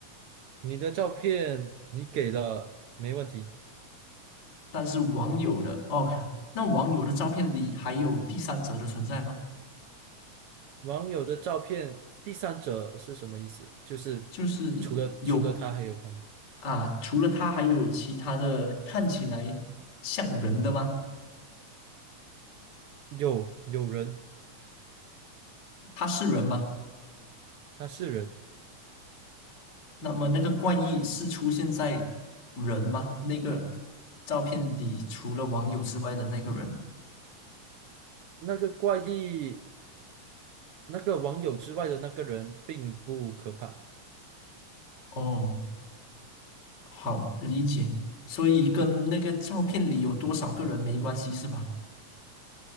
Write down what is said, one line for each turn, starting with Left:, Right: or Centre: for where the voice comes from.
Right: 你的照片你给了，没问题。
Left: 但是网友的哦，那网友的照片里还有第三者的存在吗？
Right: 网友的照片，第三者是什么意思？就是
Left: 就是有
Right: 除了除了他还有他吗？
Left: 啊，除了他还有其他的看起来像人的吗？
Right: 有有人，
Left: 他是人吗？
Right: 他是人。
Left: 那么那个怪异是出现在人吗？那个照片里除了网友之外的那个人？
Right: 那个怪异，那个网友之外的那个人并不可怕，
Left: 哦。好理解，所以跟那个照片里有多少个人没关系是吧？